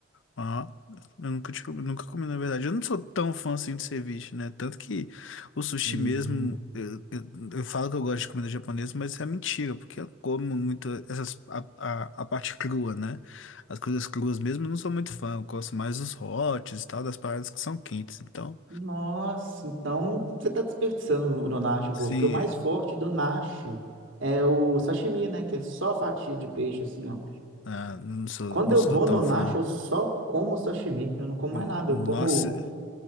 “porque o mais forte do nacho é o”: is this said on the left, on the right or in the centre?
Right